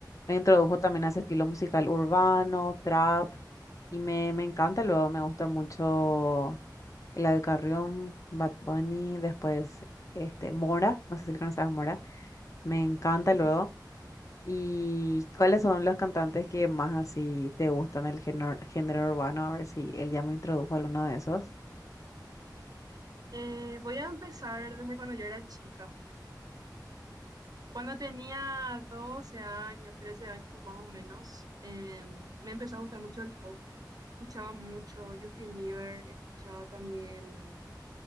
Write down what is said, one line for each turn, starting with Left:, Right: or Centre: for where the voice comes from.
Left: me introdujo también a ese estilo musical urbano, trap, y me, me encanta. Luego me gusta mucho la de Carrión, Bad Bunny, después este, Mora, no sé si le conoces a Mora, me encanta
Right: Sí,
Left: luego.
Right: sí, sí.
Left: ¿Y cuáles son los cantantes que más así te gustan del género, género urbano? A ver si él ya me introdujo a alguno de esos.
Right: Eh, voy a empezar desde cuando yo era chica. Cuando tenía 12 años, 13 años más o menos, eh, me empezó a gustar mucho el pop. Escuchaba mucho Justin Bieber, escuchaba también